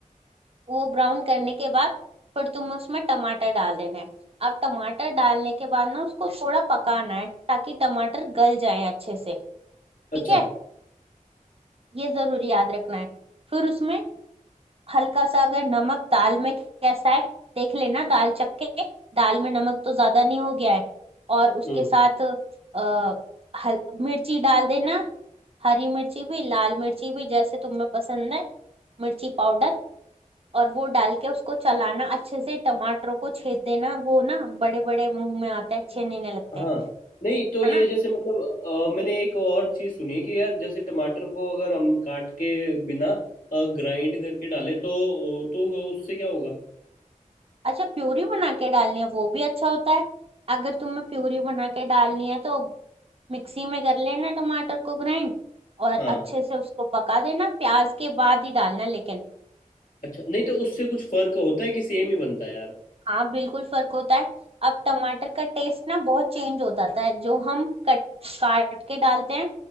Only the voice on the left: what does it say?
अच्छा
हम्म।
हाँ
नहीं तो ये
जैसे मतलब अ, मैंने एक और चीज सुनी कि यार जैसे टमाटर को अगर हम काट के बिना ग्राइंड करके डालें तो तो उससे क्या होगा
हाँ
अच्छा नहीं तो उससे कुछ फर्क होता है कि सेम ही बनता है यार